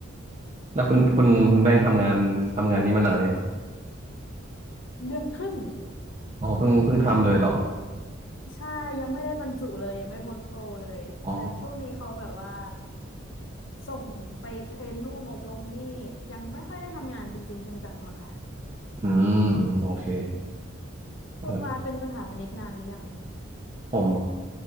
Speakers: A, on the right; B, on the left.
A: แล้วคุณคุณคุณแป้งค์ทำงานทำงานนี้มานานหรือยังครับ
B: เดือนครึ่ง
A: อ๋อเพิ่งเพิ่งทำเลยเหรอ
B: ใช่ยังไม่ได้บรรจุเลยยังไม่พ้นโปรเลยเดี๋ยวช่วงนี้เขาแบบว่า
A: อ๋อ
B: ส่งไปเทรนนู่นอบรมนี่ยังไม่ค่อยได้ทำงานจริงๆจังๆหรอกค่ะ
A: อืมอืมโอเคเออ
B: คุณวาเป็นสถาปนิกนานหรือยัง
A: ผม